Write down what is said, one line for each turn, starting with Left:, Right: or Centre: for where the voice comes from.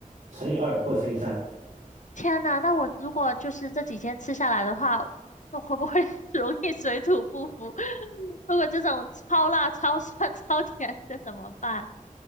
Right: 乘以二或乘以三。
Left: 天呐，那我如果就是这几天吃下来的话，那会不会 <laughs> 容易水土不服？<laughs> 如果这种超辣、超酸、<laughs> 超甜的怎么办？